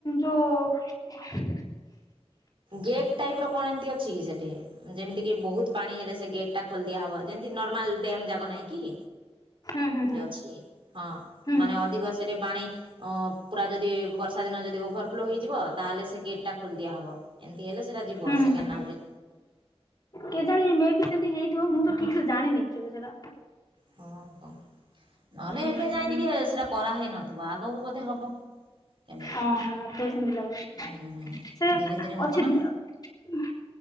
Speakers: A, on the left; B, on the right.
A: ଯୋଉ
B: ଗେପ୍ ଟାଇପ୍ ର କଣ ଏମିତି ଅଛି କି ସେଠି? ଯେମିତି କିି ବହୁତ ପାଣି ହେଲେ ସେ ଗେଟ୍ ଟା ଖୋଲି ଦିଆହବ ଯେମିତି ନର୍ମାଲ ଡ୍ୟାମ୍ ଯାକ ନାହିଁ କି?
A: ହୁଁ ହୁଁ ହୁଁ
B: ଯୋ ଅଛି ହଁ
A: ହୁଁ
B: ମାନେ ଅଧିକ ସେଠି ପାଣି‌ ଅ, ପୁରା ଯଦି ବର୍ଷା ଦିନ ଯଦି ଓଭରଫ୍ଲୋ ହେଇଯିବ ତାହେଲେ ସେ ଗେଟ୍ ଟା ଖୋଲିଦିଆହବ। ଏମିତି ହେଲେ ସେରା ଯିବ
A: ହୁଁ ହୁଁ
B: ସେ
A: ହୁଁ
B: କେନାଲ୍ ରେ।
A: କେଜାଣି ମେଏବି ସେମିତି ହେଇଥିବ ମୁଁ ତ ଠିକ୍ ସେ ଜାଣିନି ଏକ୍ଚୁଲି ସେଟା।
B: ହଁ ଓହୋ, ନହେଲେ
A: ହୁଁ
B: ଏବେ ଯାଏଁ
A: ହୁଁ।
B: ଟିକେ ସେରା କରାହେଇନଥିବ ଆଗକୁ ବୋଧେ ହବ। କେବେ।
A: ଅଁ, ହଁ ମୋତେ ସେମତି ଲାଗୁଛି,
B: ହୁଁ
A: ସେ
B: ଧୀରେ ଧୀରେ ହବ
A: ଅଛି
B: ନା।
A: <inaudible> ନା